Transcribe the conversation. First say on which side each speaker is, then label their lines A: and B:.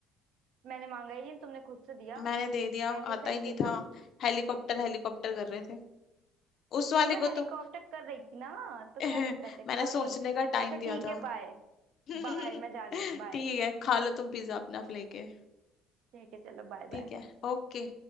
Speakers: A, on the right; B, on the left.
A: मैंने मांगा ही नहीं तुमने खुद से दिया
B: मैंने दे दिया
A: हेलिसेंट्रिज्म
B: आता ही नहीं था हेलीकॉप्टर हेलीकॉप्टर कर रहे थे उस वाले
A: तो मैं
B: को
A: हेलीकॉप्टर
B: तो
A: कर रही थी ना तो
B: <laughs>
A: क्या दिक्कत है कोई
B: मैंने सोचने
A: नहीं
B: का टाइम
A: अच्छा ठीक
B: दिया था
A: है बाय
B: <laughs>
A: बाय मैं जा रही हूँ बाय
B: ठीक है खा लो तुम पिज्जा अपना लेके
A: ठीक है चलो बाय
B: ठीक
A: बाय
B: है ओके